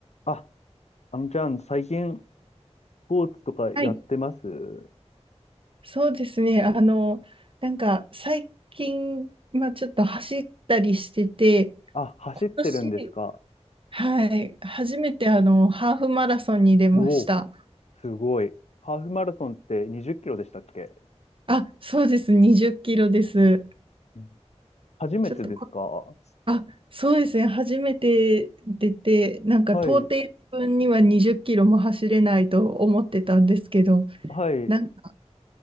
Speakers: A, on the left; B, on the right.
A: あ、あのちゃん、最近、スポーツとかやってます
B: はい、そうですね。あの、なんか最近、まあ、ちょっと走ったりしてて、
A: あ、走ってるんですか
B: 今年、はい、初めてあの、ハーフマラソンに出ました。
A: おお、すごい。ハーフマラソンって20キロでしたっけ
B: あ、そうです、20キロです。
A: うん初めてですかは
B: ちょっとこ、あ、そうですね、初めて出て、なんか到底自分には20キロも走れないと思ってたんですけど、
A: い、はい、
B: なんか、